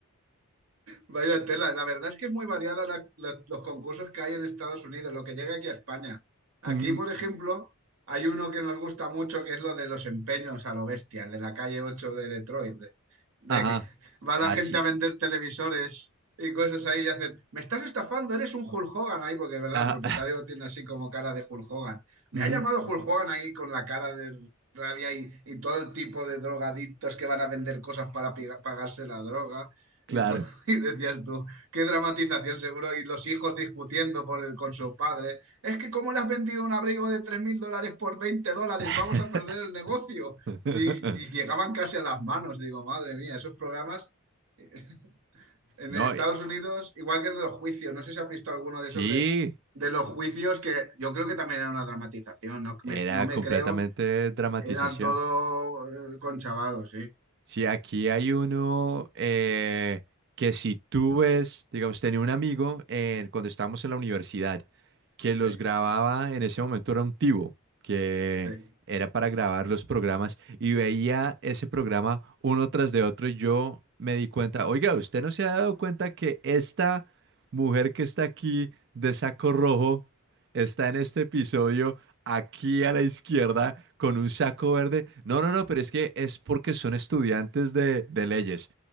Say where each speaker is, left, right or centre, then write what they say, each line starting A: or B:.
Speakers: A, on the right (about 70°); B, on the right (about 50°).
A: Vaya tela, la verdad es que es muy variada la- los, los concursos que hay en Estados Unidos, lo que llega aquí a España. Aquí,
B: Mm,
A: por ejemplo, hay uno que nos gusta mucho, que es lo de los empeños a lo bestia, el de la calle 8 de Detroit de
B: ajá,
A: que <laughs> va
B: así.
A: la gente a vender televisores y cosas ahí y hacen, me estás estafando, eres un Hulk Hogan ahí, porque de verdad
B: Ajá,
A: el propietario tiene así como cara de Hulk Hogan.
B: <laughs>
A: Me
B: ujú,
A: ha llamado Hulk Hogan ahí con la cara de rabia y, y todo el tipo de drogadictos que van a vender cosas para piga- pagarse la droga.
B: claro.
A: Y, to- <laughs> y decías tú, qué dramatización seguro, y los hijos discutiendo por el- con su padre. Es que cómo le has vendido un abrigo de 3.000 dólares por 20 dólares,
B: <laughs>
A: vamos a perder el negocio.
B: <laughs>
A: Y, y llegaban casi a las manos. Digo, madre mía, esos programas eh, en
B: No,
A: Estados
B: y-
A: Unidos, igual que en los juicios, no sé si has visto alguno
B: sí,
A: de esos de, de los juicios, que yo creo que también era una dramatización, no
B: era
A: me, no me
B: completamente
A: creo,
B: dramatización.
A: eran todo eh, conchavados, sí,
B: Sí, aquí hay uno eh, que si tú ves, digamos, tenía un amigo eh, cuando estábamos en la universidad que los
A: sí.
B: grababa, en ese momento era un tivo, que
A: Sí, <laughs>
B: era para grabar los programas y veía ese programa uno tras de otro y yo me di cuenta, oiga, ¿usted no se ha dado cuenta que esta mujer que está aquí de saco rojo está en este episodio? aquí a la izquierda con un saco verde. No, no, no, pero es que es porque son estudiantes de, de leyes.